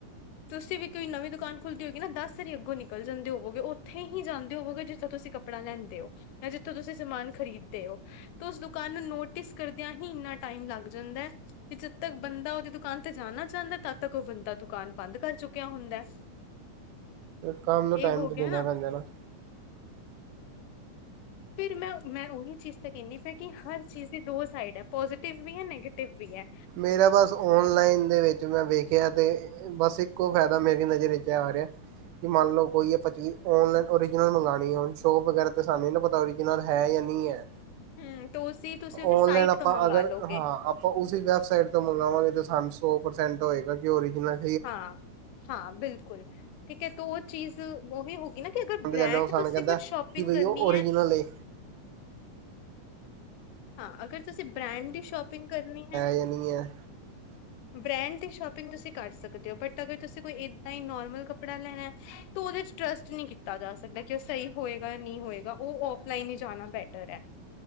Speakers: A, on the left; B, on the right.
A: ਤੁਸੀਂ ਵੀ ਕੋਈ ਨਵੀਂ ਦੁਕਾਨ ਖੁੱਲਦੀ ਹੋਗੀ ਨਾ ਦਸ ਸਰੀ ਅੱਗੋਂ ਨਿਕਲ ਜਾਂਦੇ ਹੋਵੋਗੇ, ਉੱਥੇ ਹੀ ਜਾਂਦੇ ਹੋੋਗੇ ਜਿੱਥਾਂ ਤੁਸੀਂ ਕੱਪੜਾ ਲੈਂਦੇ ਓ। ਨਾ ਜਿੱਥੋਂ ਤੁਸੀਂ ਸਮਾਨ ਖਰੀਦਦੇ ਹੋ। ਤੇ ਓਸ ਦੁਕਾਨ ਨੂੰ ਨੋਟਿਸ ਕਰਦਿਆਂ ਹੀ। ਇਨਾ ਟਾਈਮ ਲੱਗ ਜਾਂਦਾ ਤੇ ਜਦ ਤੱਕ ਬੰਦਾ ਓਦੀ ਦੁਕਾਨ ਤੇ ਜਾਣਾ ਚਾਂਦਾ। ਤਦ ਤੱਕ ਓ ਬੰਦਾ ਦੁਕਾਨ ਬੰਦ ਕਰ ਚੁੱਕਿਆ ਹੁੰਦਾ।
B: ਕੰਮ ਨੂੰ ਟਾਈਮ
A: ਇਹ ਹੋ
B: ਤੋਂ
A: ਗਿਆ
B: ਦੇਣਾ ਪੈਂਦਾ ਐ ਨਾ।
A: ਫਿਰ ਮੈਂ ਮੈਂ ਉਹੀ ਚੀਜ਼ ਤਾਂ ਕੈਨੀ ਪਈ ਵੀ। ਹਰ ਚੀਜ਼ ਦੀ ਦੋ ਸਾਈਡ ਐ ਪੋਜੀ਼ਟਿਵ ਵੀ ਐ ਨੈਗੇਟਿਵ ਵੀ ਐ।
B: ਮੇਰਾ ਬਸ ਔਨਲਾਈਨ ਦੇ ਵਿੱਚ ਮੈਂ ਵੇਖਿਆ ਤੇ ਬਸ ਇੱਕੋ ਫੈਦਾ ਮੇਰੀ ਨਜ਼ਰ ਚ ਆ ਰਿਐ। ਕਿ ਮੰਨ ਲਓ ਕੋਈ ਆਪਾ ਚੀਜ਼ ਓਨਲਾਈਨ ਓਰੀਜਨਲ ਮੰਗਾਣੀ ਹੁਣ ਸ਼ੋਪ ਵਗੈਰਾ ਤੇ ਸਾਨੂੰ ਨੀ ਨਾ ਪਤਾ ਨਾਲ ਹੈ। ਜਾਂ ਨਹੀਂ ਐ
A: ਹਮ ਤਾਂ ਉਸਦੀ ਤੁਸੀਂ ਉਹਦੀ
B: ਔਨਲਾਈਨ
A: ਸਾਈਟ
B: ਆਪਾਂ
A: ਤੋਂ ਮੰਗਵਾ
B: ਅਗਰ
A: ਲੋਗੇ
B: ਹਾਂ। ਉਸੀ ਵੈਬਸਾਈਟ ਤੋਂ ਮੰਗਾਵਾਂਗੇ। ਜੋ ਸਾਨੂੰ ਸੌ ਪ੍ਰਸੈਂਟ ਹੋਏਗਾ। ਕਿ ਓਰਿਜਨਲ
A: ਹਾਂ-ਹਾਂ ਬਿਲਕੁਲ ਠੀਕ ਐਤਾਂ ਉਹ ਚੀਜ਼ ਉਹੀ ਹੋ ਗੀ ਨਾ ਕਿ ਅਗਰ ਬ੍ਰੈਡ
B: ਜਾਂਦੇ ਉਹ ਸਾਨੂੰ
A: ਤੁਸੀਂ
B: ਕਹਿੰਦਾ
A: ਕੁੱਜ ਸ਼ੋਪਿੰਗ
B: ਕਿ ਬਈ
A: ਕਰਨੀ
B: ਉਹ ਓਰੀਜਨਲ
A: ਐ
B: ਏ
A: ਹਾਂ ਅਗਰ ਤੁਸੀਂ ਬ੍ਰੈਂਡ ਦੀ ਸ਼ੋਪਿੰਗ ਕਰਨੀ ਐ
B: ਏਨੀ ਆ
A: ਬ੍ਰੈਂਡ ਦੀ ਸ਼ੋਪਿੰਗ ਤੁਸੀਂ ਕਰ ਸਕਦੇ ਓ ਬਟ ਅਗਰ ਤੁਸੀਂ ਕੋਈ ਏਦਾਂ ਈ ਨੋਰਮਲ ਕੱਪੜਾ ਲੈਣਾ। ਤੇ ਓਦੇ ਚ ਟਰਸਟ ਨੀ ਕੀਤਾ ਜਾ ਸਕਦਾ ਕਿ ਓ ਸਹੀ ਹੋਏਗਾ ਨਈ ਹੋਏਗਾ ਓ ਔਫਲਾਈਨ ਈ ਜਾਣਾ ਈ ਬੈ ਟਰ ਆ